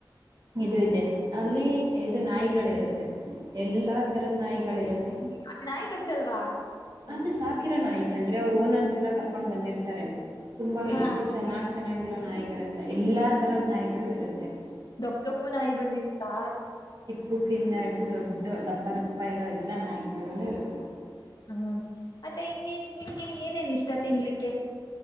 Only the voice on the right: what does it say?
ಇದು ಇದೆ ಅಲ್ಲಿ ಇದು ನಾಯಿಗಳಿರುತ್ತೆ ಎಲ್ಲಾ ತರದ ನಾಯಿಗಳಿರುತ್ತೆ.
ಅದು ಸಾಕಿರೋ ನಾಯಿ ಕಣ್ರಿ ಅವ್ರು ಓನರ್ಸ್ ಎಲ್ಲಾ ಕರ್ಕೊಂಡ್ ಬಂದಿರ್ತಾರೆ ತುಂಬಾ
ಎಷ್ಟು ಚೆನ್ನಾಗ್ ಚೆನ್ನಾಗಿರೋ ನಾಯಿಗಳೆಲ್ಲ ಎಲ್ಲಾ ತರದ ನಾಯಿಗಳು ಇರುತ್ತೆ.
ಕುಕ್ಕಿಂದ ಹಿಡಿದು ದೊಡ್ಡ ದಪ್ಪ ದಪ್ಪ ಇರೋ ಎಲ್ಲ ನಾಯಿಗಳುನು ಇರುತ್ತೆ.